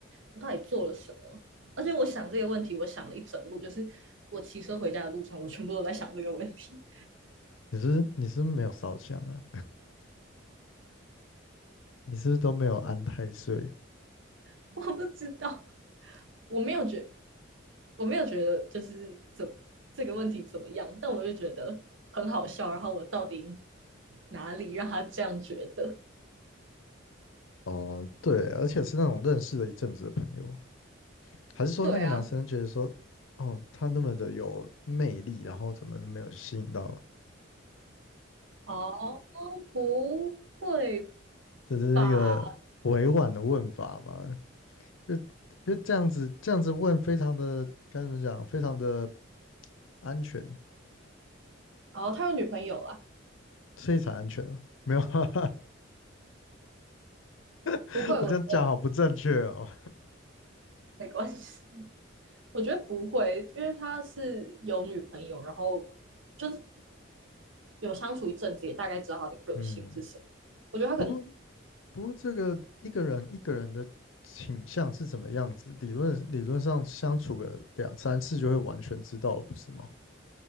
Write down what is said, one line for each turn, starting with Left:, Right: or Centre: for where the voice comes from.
Right: 我到底做了什么？而且我想这个问题，我想了一整路，就是我骑车回家的路上，我全部都在想这个问题。
Left: 你是你是不是没有烧香啊？你是不是都没有安太岁？
Right: <laughs> 我不知道，我没有觉得，我没有觉得就是怎这个问题怎么样，但我就觉得很好笑。然后我到底哪里让他这样觉得？
Left: 哦，对，而且是那种认识了一阵子的朋友，还是说那个男生觉得说，
Right: 对啊，
Left: 哦，他那么的有魅力，然后怎么没有吸引到？
Right: 哦，不会
Left: 这是一个委婉的问法嘛？
Right: 吧？
Left: 就就这样子，这样子问，非常的该怎么讲？非常的安全，
Right: 哦，他有女朋友啦，
Left: 所以才安全啊。没有啊，<laughs>
Right: 不会，
Left: 我这样讲好不正确哦。
Right: 我没关系。<laughs> 我觉得不会，因为他是有女朋友，然后就是有相处一阵子，也大概知道他的个性是什么。
Left: 嗯，
Right: 我觉得他可能，
Left: 不过不过这个一个人一个人的倾向是怎么样子，理论理论上相处个两三次就会完全知道了，不是吗？